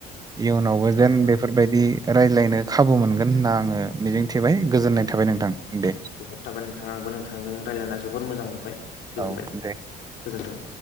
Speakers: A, on the right; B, on the left.
A: इयुनावबो जेन
B: औ
A: बेफोरबायदि रायलायनो खाबु मोनगोन होनना आङो मिजिंथिबाय गोजोननाय थाबाय नोंथां दे।
B: गोजोननाय थाबाय नोंथां आंबो नोंथांजों रायलायना जोबोद मोजां मोनबाय गोजोनबाय
A: औ
B: गोजोनथों।
A: दे